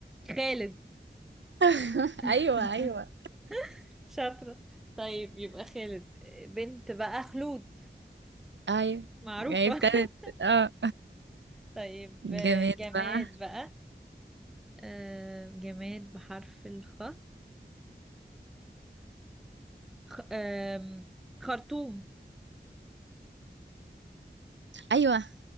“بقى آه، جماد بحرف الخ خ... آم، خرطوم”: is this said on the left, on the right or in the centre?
Centre